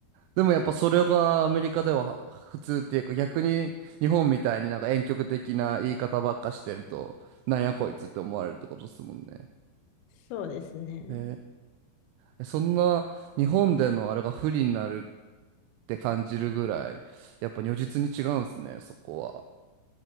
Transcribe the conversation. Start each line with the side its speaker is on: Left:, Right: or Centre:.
Right: でもやっぱそれがアメリカでは普通っていうか逆に日本みたいになんか婉曲的な言い方ばっかしてるとなんやこいつって思われるってことですもんね。
Left: そうですね。
Right: へえ。そんな日本でのあれが不利になるって感じるぐらいやっぱ如実に違うんですねそこは。